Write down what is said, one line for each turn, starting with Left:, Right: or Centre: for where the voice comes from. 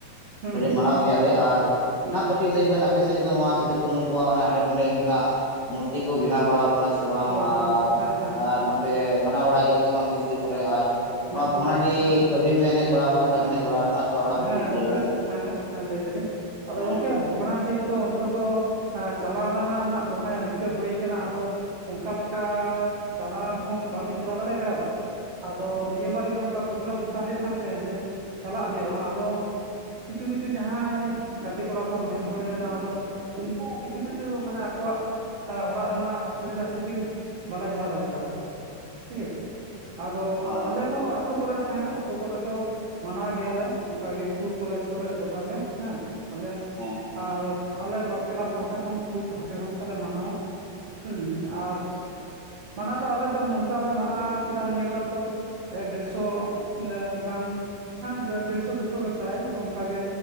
Right: ᱦᱩᱸ ᱦᱩᱸ
Left: ᱢᱟᱱᱟᱣ ᱜᱮᱭᱟᱞᱮ ᱟᱨ
Right: ᱦᱩᱸ
Left: ᱚᱱᱟ ᱠᱟᱹᱴᱤᱡ ᱞᱟᱹᱭ ᱵᱮᱱ ᱟᱯᱮᱥᱮᱫ ᱫᱚ ᱱᱚᱣᱟ ᱥᱤᱫᱩᱼᱠᱟᱱᱩ ᱠᱚᱣᱟᱜ ᱦᱟᱸᱰᱮ ᱱᱟᱰᱮ ᱩᱱᱠᱤᱱᱟᱜ ᱢᱩᱨᱛᱤ ᱠᱚ ᱵᱮᱱᱟᱣ ᱵᱟᱲᱟᱣ ᱠᱟᱫᱟ ᱾ ᱚᱱᱟ ᱥᱮ ᱵᱟᱝ?
Right: ᱦᱳᱭ
Left: ᱟᱨ
Right: ᱦᱳᱭ ᱦᱮᱸ ᱦᱮᱸ
Left: ᱟᱨ ᱯᱮ ᱢᱟᱱᱟᱣ ᱵᱟᱲᱟᱭ ᱜᱮᱭᱟ ᱯᱮ ᱥᱮ ᱵᱟᱝ ᱛᱤᱥ ᱡᱩᱱ ᱠᱚᱨᱮ, ᱟᱨ
Right: ᱦᱮᱸ
Left: ᱱᱚᱣᱟ ᱵᱷᱚᱜᱽᱱᱟᱰᱤ
Right: ᱦᱮᱸ
Left: ᱠᱟᱹᱵᱷᱤ ᱵᱮᱱ ᱦᱮᱡ ᱵᱟᱲᱟ ᱟᱠᱟᱱᱟ ᱥᱮ? ᱵᱟᱵᱮᱱ ᱦᱮᱡ ᱵᱟᱲᱟᱣ ᱟᱠᱟᱱᱟ? ᱥᱮ ᱵᱟᱝ ᱚᱱᱟ ᱠᱟᱹᱴᱤᱡ
Right: ᱦᱮᱸ
Left: ᱞᱟᱹᱭ
Right: ᱜᱚᱝᱠᱮ
Left: ᱵᱮᱱ
Right: ᱦᱮᱸ ᱦᱮᱸ ᱞᱟᱹᱭ ᱫᱟᱞᱤᱧ ᱟᱫᱚ
Left: ᱦᱮᱸ
Right: ᱜᱚᱝᱠᱮ. ᱵᱷᱚᱜᱽᱱᱟᱰᱤᱦᱤ ᱫᱚ ᱚᱱᱛᱮ ᱫᱚ ᱪᱟᱞᱟᱣ ᱨᱮᱱᱟᱜ ᱫᱚᱢᱮ ᱨᱤᱠᱟᱹ ᱦᱩᱭ ᱠᱟᱱᱟ ᱟᱫᱚ ᱚᱱᱠᱟ ᱞᱮᱠᱟ ᱪᱟᱞᱟᱣ ᱦᱚᱸ ᱵᱟᱹᱞᱤᱧ ᱪᱟᱞᱟᱣ ᱫᱟᱲᱮ ᱠᱟᱣᱫᱟ ᱾ ᱟᱫᱚ ᱱᱤᱭᱟᱹ ᱵᱟᱨ ᱜᱮ ᱚᱱᱠᱟ ᱯᱨᱳᱜᱨᱟᱢ ᱦᱟᱛᱟᱣ ᱦᱩᱭᱩᱜ ᱠᱟᱱ ᱛᱟᱦᱮᱸᱫ ᱡᱮ ᱪᱟᱞᱟᱜ ᱦᱩᱭᱩᱜᱼᱟ᱾ ᱟᱫᱚ ᱠᱤᱪᱷᱩ ᱠᱤᱪᱷᱩ ᱡᱟᱦᱟᱸᱭ ᱜᱟᱛᱮ ᱠᱚᱲᱟ ᱠᱚ ᱢᱮᱱ ᱦᱩᱭ ᱞᱮᱱᱟ, ᱟᱫᱚ ᱩᱱᱠᱩ ᱠᱤᱪᱷᱩ ᱠᱤᱪᱷᱩ ᱢᱟᱱᱮ ᱟᱠᱚᱣᱟᱜ ᱚᱲᱟᱜ ᱨᱮᱱᱟᱜ ᱚᱥᱩᱵᱤᱫᱷᱟ ᱠᱷᱟᱹᱛᱤᱨ ᱵᱟᱞᱮ ᱪᱟᱞᱟᱣ ᱫᱟᱲᱮ ᱠᱟᱣᱫᱟ ᱴᱷᱤᱠ ᱟᱪᱷᱮ ᱾ ᱟᱫᱚ
Left: ᱦᱳᱭ
Right: ᱟᱞᱮ ᱫᱚ ᱟᱹᱛᱩ ᱠᱚᱨᱮ ᱦᱮᱸ ᱟᱹᱛᱩ ᱠᱚᱨᱮ ᱫᱚ ᱢᱟᱱᱟᱣ ᱜᱮᱭᱟᱞᱮ ᱚᱱᱠᱟ ᱤᱥᱠᱩᱞ ᱠᱚᱞᱮᱡᱽ ᱠᱚᱨᱮ ᱜᱚᱴᱟ ᱜᱮ ᱦᱮᱸ ᱟᱞᱮ
Left: ᱦᱚᱸ,
Right: ᱟᱨ ᱟᱞᱮ ᱠᱮᱞᱟᱵᱽ ᱯᱟᱦᱟᱴᱟ ᱠᱷᱚᱱ ᱠᱷᱩᱵ ᱵᱷᱟᱹᱜᱮ ᱵᱷᱟᱵ ᱛᱮᱞᱮ ᱢᱟᱱᱟᱣᱟ ᱾ ᱦᱮᱸ ᱟᱨ ᱢᱟᱱᱟ ᱫᱚ ᱟᱞᱮ ᱫᱚ ᱱᱚᱝᱠᱟ ᱞᱮ ᱢᱟᱱᱟᱣ ᱠᱮᱫᱟ ᱱᱤᱭᱟᱹ ᱵᱟᱨ ᱫᱚ ᱮᱠ ᱰᱮᱲᱥᱚ ᱤᱱᱟᱹ ᱜᱟᱱ ᱦᱮᱸ ᱫᱮᱲᱥᱚ ᱫᱩᱥᱚ ᱜᱮ ᱯᱨᱟᱭ ᱚᱱᱠᱟ ᱜᱮ